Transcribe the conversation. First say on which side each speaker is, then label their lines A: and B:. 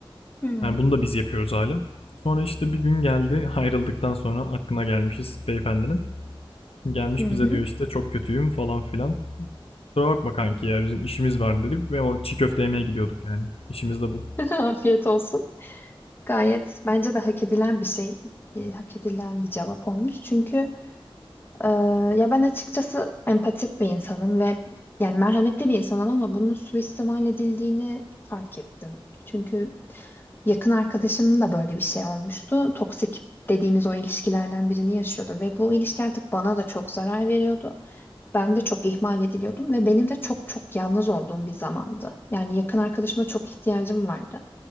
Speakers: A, on the left; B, on the left.
A: Hı
B: Yani bunu da biz yapıyoruz hala. Sonra işte bir gün geldi <laughs> ayrıldıktan sonra aklına gelmişiz beyefendinin. Gelmiş
A: hı.
B: bize diyor işte çok kötüyüm falan filan. Kusura bakma kanki ya bizim işimiz var dedik ve o çiğ köfte yemeye gidiyorduk yani. İşimiz de bu.
A: <laughs> Afiyet olsun. Gayet bence de hak edilen bir şey, e, hak edilen bir cevap olmuş. Çünkü Ee, ya ben açıkçası empatik bir insanım ve yani merhametli bir insanım ama bunun suistimal edildiğini fark ettim. Çünkü yakın arkadaşımın da böyle bir şey olmuştu. Toksik dediğimiz o ilişkilerden birini yaşıyordu ve bu ilişki artık bana da çok zarar veriyordu. Ben de çok ihmal ediliyordum ve benim de çok çok yalnız olduğum bir zamandı. Yani yakın arkadaşıma çok ihtiyacım vardı.